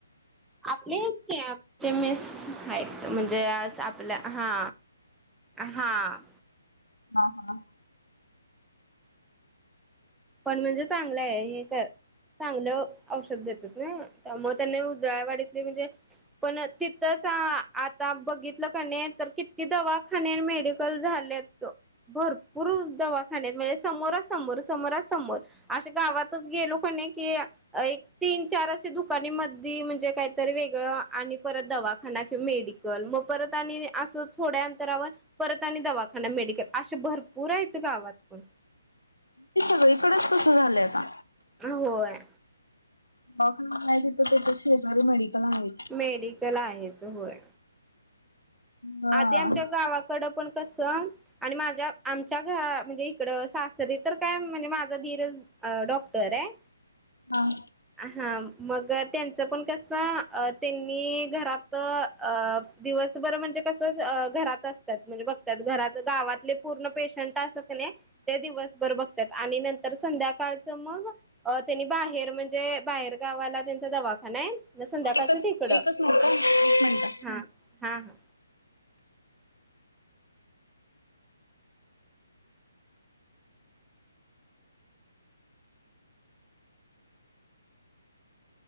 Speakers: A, in the centre; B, on the left.
A: आपलेच कॅप चे मिस हायेत म्हणजे आपलं हा हां.
B: हा हा.
A: पण म्हणजे चांगलयं हे कर. चांगलं औषध देतात ना त्यामुळं त्यांना उजळायावाडीत. ते म्हणजे पण तिथंच आता बघितलं क नी तर कित ती दवाखाने मेडिकल झालेत. भरपूर दवाखान्यात म्हणजे समोरा समोर समोरा समोर अशे गावातच गेलो कणे की एक तीन चार असे दुकानीमधी म्हणजे काहीतरी वेगळं आणि परत दवाखाना किंवा मेडिक मग परत आणि असं थोड्या अंतरावर परत आणि दवाखाना मेडिकल अशे भरपूर आहेत गावात पण
B: ते सगळीकडच कसं झालंय आता
A: होय
B: डॉक माहिती तर त्याच्या शेजारी मेडिकल आहे
A: मेडिकल आहे होय.
B: हा
A: आधी आमच्या गावाकडं पण कसं. आणि माझ्या आमच्या घ म्हणजे इकडं सासरी तर काय म्हणजे माझं धीरंच अहं डॉक्टरयं
B: आं
A: हां मग त्यांचं पण कसं अ तेंनी घरात अहं दिवसभर म्हणजे कस घरात असतात म्हणजे बघत्या त -गावातले पूर्ण पेशंट अस नाही ते दिवसभर बघतात आणि नंतर संध्याकाळच मग अ त्यांनी बाहेर म्हणजे बाहेर गावाला त्यांचा दवाखाना आहे संध्याकाळच
B: एकच
A: तिकडं
B: एकच मिनिट एक
A: अस
B: मिनिट.
A: हा हा हा